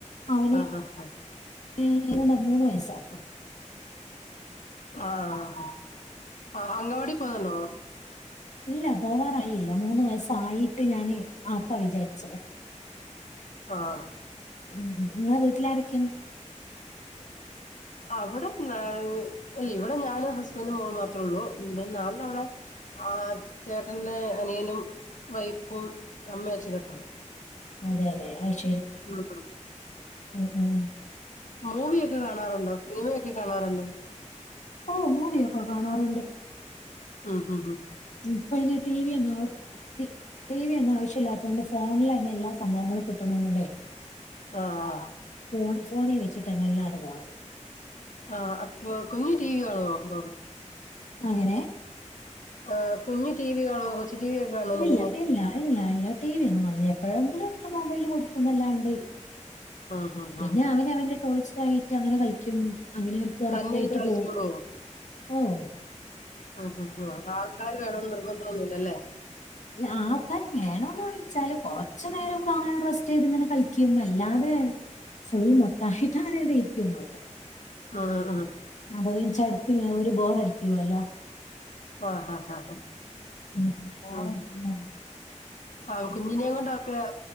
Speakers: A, on the left; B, on the left.
A: അവന്
B: ആഹ് ഹാ ഹാ
A: ഉമ് മൂന്ന് മൂന്ന് വയസാവ
B: ആഹ് ആഹ് ആഹ് അങ്ങവാടി പോന്നുണ്ടോ?
A: ഇല്ല പോവാറായില്ല മൂന്ന് വയസ് പായിട്ട് ഞാന് ആക്ക വിചാരിച്ചത
B: ആണോ
A: ഉമ് ഉമ് നിങ്ങളെ വീട്ടിലാരൊക്കെയിണ്ട്
B: അവടെ ന്നാൽ ല്ലേ ഇവിടെ ഞാനും ഹസ്ബൻഡും മോളും മാത്ര ഉള്ളൂ <unintelligible> ആഹ് ചേട്ടന്റെ അനിയനും വൈഫും അമ്മ അച്ഛനൊക്കെ ഉണ്ട്
A: അതെല്ലേ അയ്
B: ആഹ് ആഹ്
A: ഉമ് ഉമ്
B: മൂവിയൊക്കെ കാണാറുണ്ടോ സിനിമയൊക്കെ കാണാറുണ്ടോ
A: ഓഹ് മൂവിയൊക്കെ കാണാറുണ്ട്
B: ആഹ് ആഹ് ആഹ്
A: ഇപ്പഅയിന് ടി വി ഒന്നും ടി ടി വി ഒന്നും ആവശ്യല്ലച്ചാല് ഫോണിലന്നെ എല്ലാ സംഭവങ്ങളും കിട്ടുന്നുള്ളോണ്ടേ
B: ആഹ്
A: ഫോൺ ഫോണി ചിട്ട് എല്ലാടുവാങ്ങും
B: ആഹ് കു കുഞ്ഞ് ടി വി കാണോ ഇപ്പം
A: അങ്ങനെ
B: ആഹ് കുഞ്ഞ് ടി വി കാണോന്ന് കൊച്ചി ടി വി ഒക്കെ കാണോന്ന്
A: ഇല്ല
B: കുഞ്ഞ്
A: ഇല്ല ഇല്ല ഇല്ല ടി വി ഒന്നും കാണുല്ല എപ്പോഴെങ്കിലും മൊബൈല് കൊടുക്കുന്നല്ലാണ്ട്
B: ആഹ് ആഹ്
A: പിന്നെ
B: ആഹ്
A: അവന് അവന്റെ ടോയ്സോ ആയിട്ട് അങ്ങനെ കളിക്കും അങ്ങനെ പൊറത്ത്യാട്ട്
B: തന്നെ ഇരുന്ന് കളിച്ചോളോ
A: പോവും ഓഹ്
B: ആഹ് ആഹ് ആൾക്കാര് വേണന്ന് നിർബന്ധൊന്നില്ലല്ലേ
A: അല്ല ആൾക്കാർ വേണോന്ന് വെച്ചാല് കൊറച്ച് നേരൊക്കെ അങ്ങനെ റെസ്റ്റെയ്ത് ഇങ്ങനെ കളിക്കും ക്കും അല്ലാതെ ഫുൾ മൊത്താഹിദാ <unintelligible> ഇരിക്കൊന്നില്ല
B: ആഹ് ആഹ്
A: ആ <unintelligible> ഒരു ബോറടിക്കുവല്ലോ
B: ആഹ് ആഹ് ആഹ്
A: ഉം ബോറടിക്കുല്ലേ
B: ആഹ് ആഹ് കുഞ്ഞിനേം കൊണ്ടോക്കെ